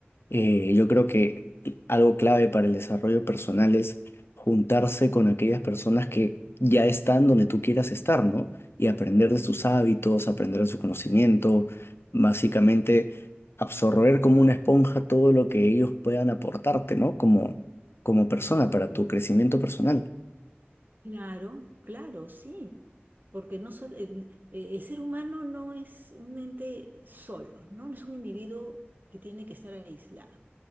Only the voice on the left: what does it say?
Eh, yo creo que algo clave para el desarrollo personal es juntarse con aquellas personas que ya están donde tú quieras estar, ¿no? Y aprender de sus hábitos, aprender de su conocimiento, básicamente absorber como una esponja todo lo que ellos puedan aportarte, ¿no? Como, como persona para tu crecimiento personal.